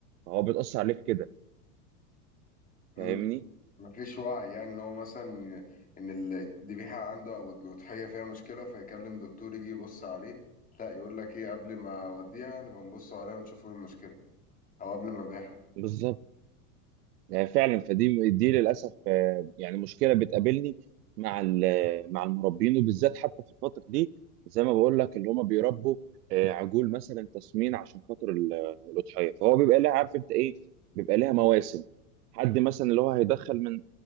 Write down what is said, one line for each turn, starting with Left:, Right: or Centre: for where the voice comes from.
Right: فهو بيتاثر عليه في كده
Left: مم.
Right: فاهمني
Left: مفيش وعي يعني ان هو مثلا ان الذبيحة عنده او الأضحية فيها مشكلة فيكلم دكتور يجي يبص عليه لا يقول لك ايه قبل ما اوديها نبقى نبص عليها ونشوف ايه المشكلة او قبل ما ابيعها
Right: بالظبط آه، فعلا فدي دي للاسف آه، يعني مشكله بتقابلني مع ال- مع المربين وبالذات حتى في الفتره دي زي ما بقول لك اللي هم بيربوا آه، عجول مثلا تسمين عشان خاطر ال- الاضحيه فهو بيبقى لها عارف انت ايه بيبقى لها مواسم حد مثلا اللي هو هيدخل من